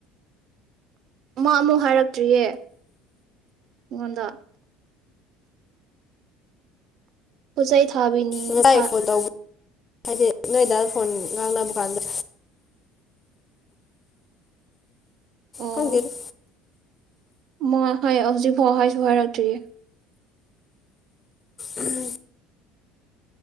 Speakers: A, on the right (about 50°); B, on the left (about 25°).
A: ꯃꯥ ꯑꯃꯨꯛ ꯍꯥꯏꯔꯛꯇ꯭ꯔꯤꯌꯦ ꯑꯩꯉꯣꯟꯗ ꯍꯁꯥꯏ ꯊꯥꯕꯤꯅꯤ
B: ꯉꯁꯥꯏ
A: ꯊ
B: ꯐꯣꯟ ꯇꯧꯕ ꯍꯥꯏꯗꯤ ꯅꯣꯏꯗ ꯐꯣꯟ ꯉꯥꯡꯅꯕ ꯀꯥꯟꯗ
A: ꯑꯣ
B: ꯈꯪꯗꯦꯗ
A: ꯃ ꯍꯥꯏ ꯍꯧꯖꯤꯛꯐꯥꯎ ꯍꯥꯏꯁꯨ ꯍꯥꯏꯔꯛꯇ꯭ꯔꯤꯌꯦ
B: ꯎꯝ